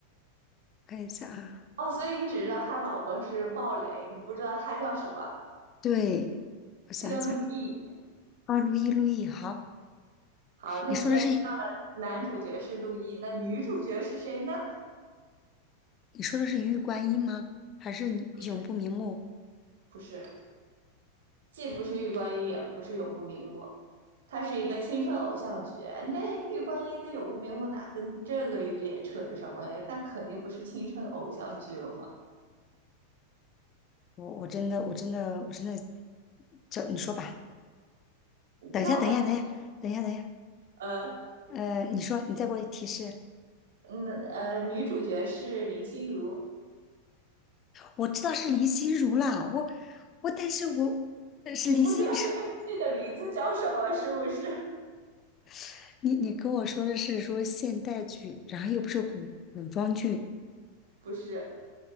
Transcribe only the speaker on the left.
看一下啊，
对，我想想
啊，路易路易，好，
你说的是。
你说的是一玉观音吗？还是你永不瞑目？
我我真的我真的我真的，叫你说吧。等一下，
等一下，等一下，等一下，等一下。
呃，你说，你再给我提示。
我知道是林心如啦，我我，但是我呃是林心如。
<laughs> 你你跟我说的是说现代剧，然后又不是古古装剧，